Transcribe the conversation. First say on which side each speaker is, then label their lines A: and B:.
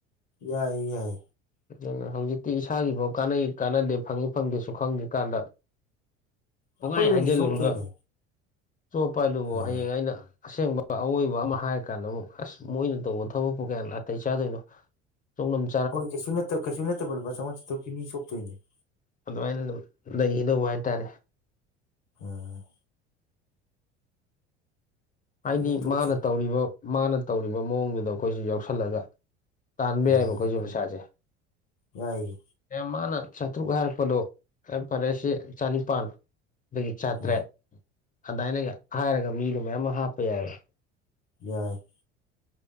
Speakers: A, on the left; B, on the left.
A: ꯌꯥꯏ ꯌꯥꯏ
B: ꯑꯗꯨ ꯍꯧꯖꯤꯛꯇꯤ ꯏꯁꯥꯒꯤꯐꯥꯎ ꯀꯥꯟꯅꯩ ꯀꯥꯟꯅꯗꯦ ꯐꯪꯏꯤ ꯐꯪꯗꯦꯁꯨ ꯈꯪꯗ꯭ꯔꯤ ꯀꯥꯟꯗ
A: ꯑꯩꯈꯣꯏ
B: ꯉꯥꯏ
A: ꯑꯣꯏꯅ
B: ꯍꯥꯏꯖꯤꯜꯂꯨꯔꯒ
A: ꯆꯣꯞꯇꯣꯏꯅꯦ
B: ꯆꯣꯞꯄ ꯑꯗꯨꯕꯨ
A: ꯑꯥ
B: ꯍꯌꯦꯡ ꯑꯩꯅ ꯑꯁꯦꯡꯕ ꯑꯋꯣꯏꯕ ꯑꯃ ꯍꯥꯏꯔ ꯀꯥꯟꯗ ꯑꯃꯨꯛ ꯑꯁ ꯃꯣꯏꯅ ꯇꯧꯕ ꯊꯕꯛꯄꯨ ꯀꯌꯥ ꯅꯥꯇꯩ ꯆꯥꯗꯣꯏꯅꯣ ꯆꯣꯂꯝ
A: ꯍꯣꯏ ꯀꯩꯁꯨꯠꯇ ꯀꯩꯁꯨ ꯅꯠꯇꯕ ꯂꯨ ꯆꯥꯃꯉꯥꯇꯨꯛꯀꯤ ꯃꯤ ꯁꯣꯛꯇꯣꯏꯅꯦ
B: ꯑꯗꯨꯃꯥꯏꯅ ꯑꯗꯨꯝ ꯂꯩꯒꯗꯧꯕ ꯍꯥꯏꯇꯥꯔꯦ
A: ꯎꯝ
B: ꯍꯥꯏꯗꯤ
A: ꯌꯦꯡꯊꯣꯛꯁꯦ
B: ꯃꯥꯅ ꯇꯧꯔꯤꯕ ꯃꯥꯅ ꯇꯧꯔꯤꯕ ꯃꯑꯣꯡꯗꯨꯗ ꯑꯩꯈꯣꯏꯁꯨ ꯌꯥꯎꯁꯜꯂꯒ꯫ ꯇꯥꯟꯕ
A: ꯑꯥ
B: ꯌꯥꯏꯕ ꯑꯩꯈꯣꯏꯁꯨ ꯄꯩꯁꯥꯁꯦ꯫
A: ꯌꯥꯏꯌꯦ
B: ꯑꯦ ꯃꯥꯅ ꯆꯥꯇ꯭ꯔꯨꯛ ꯍꯥꯏꯔꯛꯄꯗꯣ ꯐꯔꯦꯁꯦ ꯆꯅꯤꯄꯥꯟ ꯑꯗꯒꯤ ꯆꯥꯇ꯭ꯔꯦꯠ꯫
A: ꯑꯥ
B: ꯑꯗꯥꯏꯅꯒ ꯍꯥꯏꯔꯒ ꯃꯤꯗꯣ ꯃꯌꯥꯝ ꯑꯃ ꯍꯥꯞꯄ ꯌꯥꯏꯌꯦ꯫
A: ꯌꯥꯏ꯫